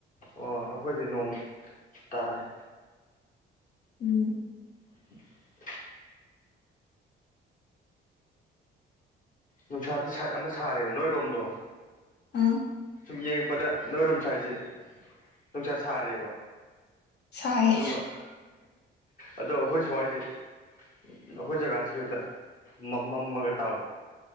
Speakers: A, on the left; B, on the left.
A: ꯑꯣ ꯑꯩꯈꯣꯏꯗꯤ ꯅꯣꯡ ꯇꯥꯔꯦ
B: ꯎꯝ
A: <unintelligible> ꯅꯨꯡꯁꯥꯗꯤ ꯁꯥꯒꯟꯅ ꯁꯥꯔꯦꯕ ꯅꯣꯏꯔꯣꯝꯗꯣ
B: ꯑꯥ
A: ꯁꯨꯝ ꯌꯦꯡꯉꯛꯄꯗ ꯅꯣꯏꯔꯣꯝ ꯁꯥꯏꯠꯁꯦ ꯅꯨꯡꯁꯥ ꯁꯥꯔꯦꯕ
B: ꯁꯥꯏꯌꯦ
A: ꯑꯗꯨꯒ ꯑꯗꯣ ꯑꯩꯈꯣꯏ ꯁ꯭ꯋꯥꯏꯁꯦ ꯑꯩꯈꯣꯏ ꯖꯒꯥꯁꯤ ꯈꯛꯇ ꯃꯝ ꯃꯝꯃꯥꯒ ꯇꯥꯕ